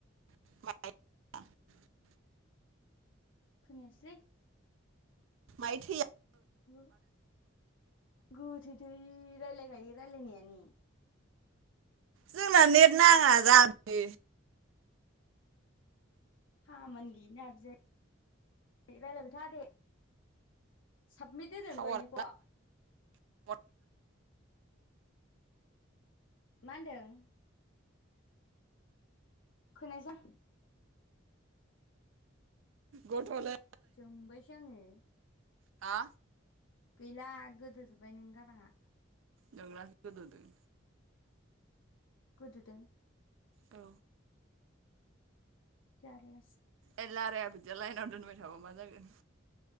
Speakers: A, on the right; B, on the left.
A: <unintelligible>
B: खोनायास्लै
A: मायोथैया
B: नों गोथैथै राय्लायखायो रायलायनायानो।
A: जोंना नेट नाङा जामबि।
B: खामानि गियै नारज रायलाय था दे। साबमिट हो दोनदनिखौ?
A: टावारा नाङा
B: मा होनदों? खोनायासां?
A: गथ ले
B: जोंबायसो आङो
A: हा
B: गैला गोदो जोब्बाय नोंनि गाराङा।
A: नोंनासो गोदो दों
B: गोदोदों।
A: औ
B: जारलासि
A: ए लाराया बिदिया लाइनाव दोनबाय थाबा मा जागोन?